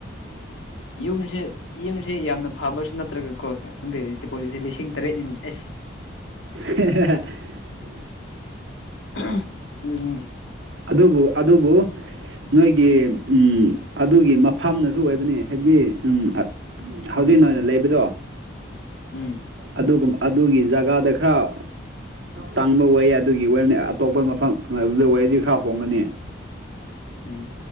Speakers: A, on the right; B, on the left.
A: ꯎꯝ
B: ꯌꯨꯝꯁꯦ ꯌꯨꯝꯁꯦ ꯌꯥꯝꯅ ꯐꯕꯁꯨ ꯅꯠꯇ꯭ꯔꯒꯀꯣꯟꯗ ꯗꯤꯄꯣꯖꯤꯠꯁꯦ ꯂꯤꯁꯤꯡ ꯇꯔꯦꯠꯅꯤꯅꯤ ꯑꯦꯁ
A: <unintelligible>
B: ꯎ
A: ꯑꯗꯨꯕꯨ ꯑꯗꯨꯕꯨ ꯅꯣꯏꯒꯤ ꯎꯝ ꯑꯗꯨꯒꯤ ꯃꯐꯝꯅꯁꯨ ꯁꯨ ꯑꯣꯏꯕꯅꯤ ꯍꯥꯏꯕꯗꯤ ꯎꯝ ꯍꯧꯖꯤꯛ
B: ꯎꯝ
A: ꯅ ꯑꯣꯏꯅ ꯂꯩꯕꯗꯣ
B: ꯎꯝ
A: ꯑꯗꯨꯒ ꯑꯗꯨꯒꯤ ꯖꯒꯥꯗ ꯈꯔ ꯇꯥꯡꯕ ꯋꯥ ꯑꯗꯨꯒꯤ ꯑꯣꯏꯅꯤ ꯑꯇꯣꯞꯄ ꯃꯐꯝꯗ ꯋꯥꯔꯤꯗꯤ ꯈꯔ ꯍꯣꯡꯒꯅꯤ
B: ꯎꯝ